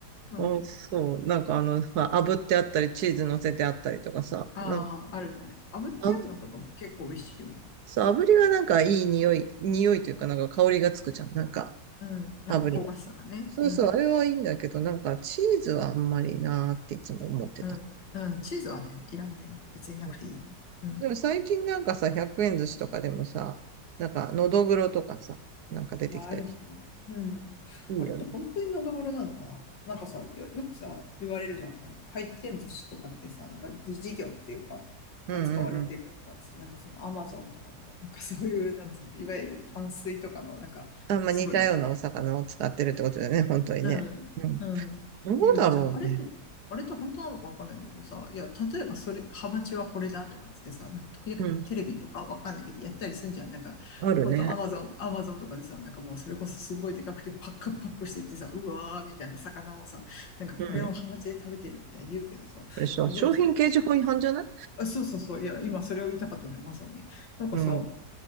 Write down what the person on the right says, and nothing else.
う。うん、そう。なんかあのさ、炙ってあったり、チーズ乗せてあったりとかさ、
なんか、
あ、そう、炙りはなんかいい匂い、匂いというかなんか香りがつくじゃん。なんか、
炙りの。そうそう、
あれはいいんだけど、なんかチーズはあんまりなーっていつも思ってた。
うん。
でも最近なんかさ、100円寿司とかでもさ、なんか、のどぐろとかさ、なんか出てきたりし
て。いいよね。
うんうんうん。
あんま似たようなお魚を使ってるってことだよね、
本当にね。
うん。
どうだろうね。
うん。
あるね。
うん
あれさ、商品掲示法違反じゃない
うん。